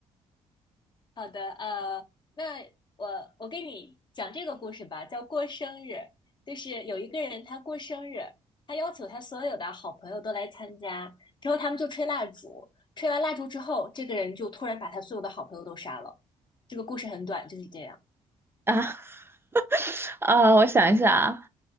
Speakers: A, on the left (about 35°); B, on the right (about 20°).
A: 好的，呃，那我我给你讲这个故事吧，叫过生日。就是有一个人他过生日，他要求他所有的好朋友都来参加，之后他们就吹蜡烛，吹完蜡烛之后，这个人就突然把他所有的好朋友都杀了。这个故事很短，就是这样，
B: 啊。<laughs> 啊，我想一下啊，